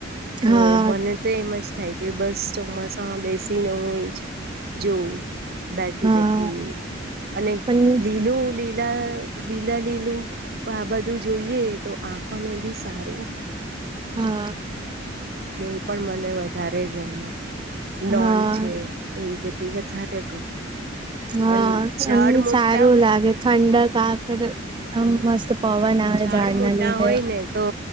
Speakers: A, on the right (about 50°); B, on the right (about 25°).
A: તો
B: હા
A: મને તો એમ જ થાય કે બસ ચોમાસામાં બેસીને હું જોઉ બેઠી
B: હા
A: બેઠી અને
B: પણ
A: લીલો લી લા લીલા લીલું આ બધું જોઈએ તો આંખોને બી સારું.
B: હા.
A: એ પણ મને વધારે ગમે લોન
B: હા
A: છે. એવું બધું વધારે ગમે
B: હા
A: અને ઝાડ
B: અને
A: મોટા
B: સારું
A: હોય
B: લાગે ઠંડક આ ફેર ત
A: હમ
B: મસ્ત પવન આવે
A: ઝાડ
B: ઝાડના
A: મોટા
B: લીધે
A: હોય ને તો